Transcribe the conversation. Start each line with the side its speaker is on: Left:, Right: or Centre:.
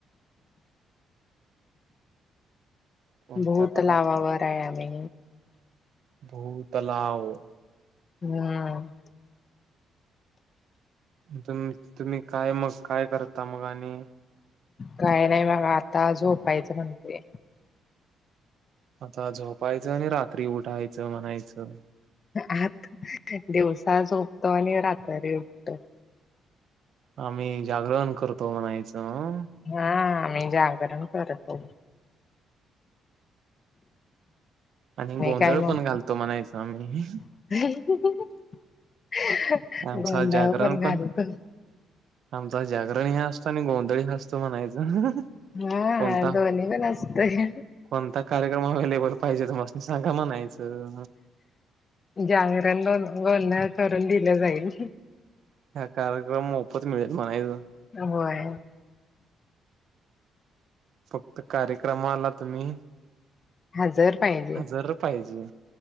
Right: कोणत्या
Left: भूतलावावर
Right: तलावावर
Left: आहे आम्ही.
Right: भूतलाव.
Left: हम्म.
Right: तुम् तुम्ही काय मग काय करता मग आणि
Left: काय नाही बगा आता झोपायचं म्हणतेय.
Right: आता झोपायचं आणि रात्री उठायचं म्हणायचं.
Left: आत दिवसा झोपतो आणि रात्री उठतो
Right: आम्ही जागरण करतो म्हणायचं.
Left: हा आम्ही जागरण करतो.
Right: आणि गोंधळ
Left: काय मग
Right: पण घालतो म्हणायच आम्ही.
Left: <unintelligible>
Right: आमचं
Left: गोंधळ
Right: जागरण
Left: घालतो
Right: पण आमचं जागरण हि अस तो आणि गोंधळ ही नसतो म्हणायचं.
Left: हा
Right: कोणता
Left: दोन्ही पण असतोय.
Right: कोणता कार्यक्रम अवैलेबल पाहिजे तुम्हासनी सांगा म्हणायचं.
Left: जागरण गोन गोंधळ करून दिलं जाईल.
Right: ह कार्यक्रम मोफत मिळेल म्हणायचं.
Left: अ होय.
Right: फक्त कार्यक्रमाला तुम्ही
Left: हजर पाहि
Right: हजर पाहिजे